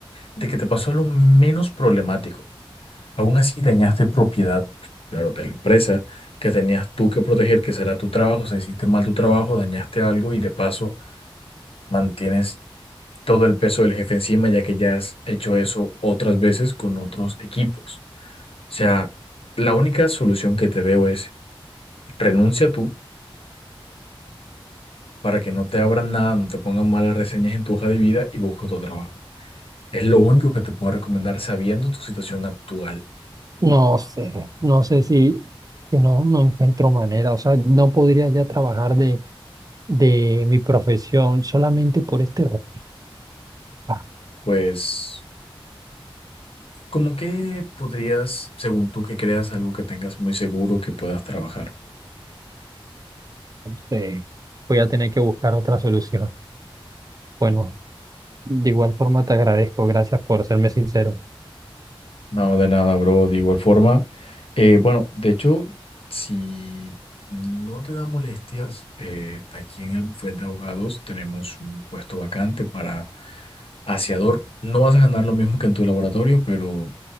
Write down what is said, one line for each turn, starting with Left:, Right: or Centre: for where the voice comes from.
Left: de que te pasó lo menos problemático. Aún así dañaste propiedad, claro, de la empresa que tenías tú que proteger, que será tu trabajo, o sea, hiciste mal tu trabajo, dañaste algo y de paso mantienes todo el peso del jefe encima, ya que ya has hecho eso otras veces con otros equipos. O sea, la única solución que te veo es renuncia tú para que no te abran nada, no te pongan malas reseñas en tu hoja de vida y busca otro trabajo. Es lo único que te puedo recomendar sabiendo tu situación actual.
Right: No sé, no sé si que no, no encuentro manera, o sea, no podría ya trabajar de, de mi profesión solamente por este rojo. Ah,
Left: Pues, ¿cómo que podrías, según tú que creas, algo que tengas muy seguro que puedas trabajar?
Right: no sé, voy a tener que buscar otra solución. Bueno, de igual forma te agradezco, gracias por serme sincero.
Left: No, de nada, bro. De igual forma, eh, bueno, de hecho, si no te da molestias, eh, aquí en el bufete de abogados tenemos un puesto vacante para aseador. No vas a ganar lo mismo que en tu laboratorio, pero